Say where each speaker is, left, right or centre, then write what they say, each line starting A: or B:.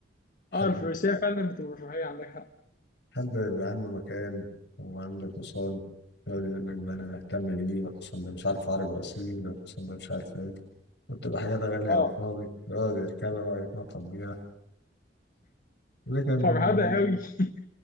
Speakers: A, on the left (about 65°); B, on the left (about 50°).
A: حد
B: اه الفروسيه فعلا بتبقى رفاهيه عندك حق
A: حد يبقى عنده مكان وعنده الحصان يقعد يقول لك ده انا مهتم بيه والحصان ده مش عارف عربي اصيل والحصان ده مش عارف ايه وبتبقى حاجات غالية
B: اه
A: على الفاضي يقعد يركبها بقى يتنطط بيها لكن
B: فرهده قوي <laughs>